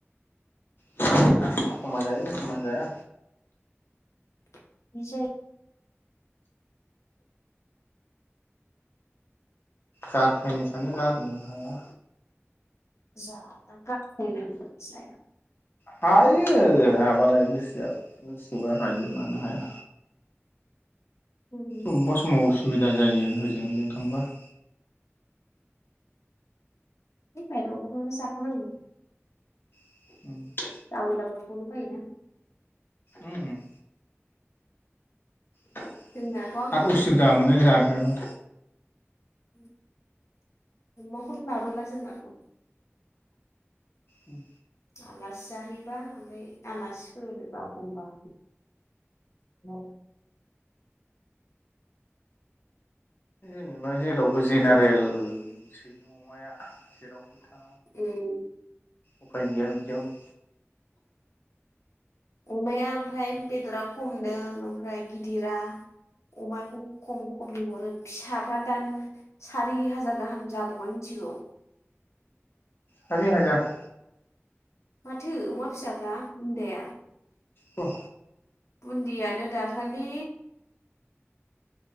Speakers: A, on the left; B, on the left.
A: <unintelligible> एखनबा जायो एखनबा जाया
B: <unintelligible>
A: गारथायनो सानो गारनो हाया।
B: जा <unintelligible> <unintelligible>
A: हायो हाबालाय गोसोआव गोसोबा हायो मानो हाया।
B: उम,
A: अबेबा समाव उसुबिदा जायो ओजों ओजों थांबा <inaudible>
B: <unintelligible> <unintelligible>
A: <unintelligible>
B: दाबल दाबल संनो बायोना
A: हम <unintelligible>
B: जोंनाथ' आंनि
A: आरो उसुबिदा मोनो जाग्रायाबो
B: <unintelligible> अमाखौ नों लाबोला जोंना थ' <inaudible>
A: उम
B: आलासि जाहैबा ओमफ्राय आलासिफोरबा एखमबा <unintelligible>
A: ओमबाय जेनेबा जेरावबो जेनारेल सै अमाया जेरावबो था
B: उम
A: उफाय गैया बिदियावनो
B: अमाया ओमफ्राय बेदरा खमनो ओमफ्राय गिदिरा अमाखौ खम खमनि हरो फिसाफ्रा दा सारि हाजार गाहाम जाबावबाय मिथिगौ?
A: सारि हाजार
B: माथो अमा फिसाफ्रा बुन्दाया
A: बा
B: बुन्दियानो दाखालि